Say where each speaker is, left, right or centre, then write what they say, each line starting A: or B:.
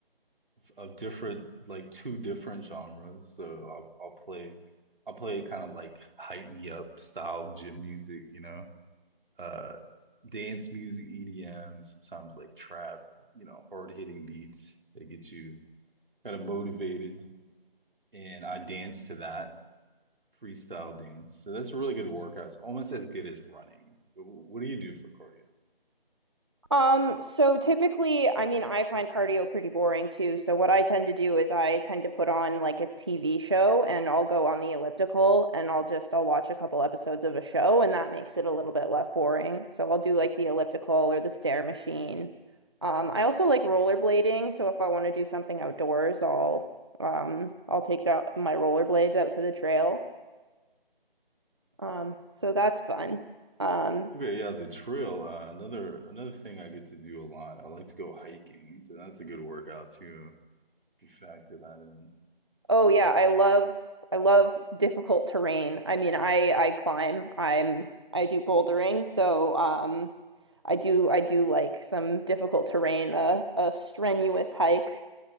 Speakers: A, on the right (about 60°); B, on the right (about 30°).
A: of different like two different genres. So I'll I'll play I'll play kind of like hype me up style gym music, you know, uh dance music, EDM, sometimes like trap, you know, hard hitting beats that get you kind of motivated. And I dance to that freestyle dance. So that's a really good workout. It's almost as good as running. Wh- What do you do for cardio?
B: Um, so typically, I mean, I find cardio pretty boring too. So what I tend to do is I tend to put on like a TV show and I'll go on the elliptical and I'll just I'll watch a couple episodes of a show and that makes it a little bit less boring. So I'll do like the elliptical or the stair machine. Um, I also like rollerblading, so if I want to do something outdoors, I'll um I'll take out my rollerblades out to the trail. Um, so that's fun. Um,
A: Okay, yeah, the trail. Uh, another another thing I get to do a lot. I like to go hiking, so that's a good workout too. You factor that in.
B: Oh yeah, I love I love difficult terrain. I mean, I I climb. I'm I do bouldering, so um I do I do like some difficult terrain, a a strenuous hike.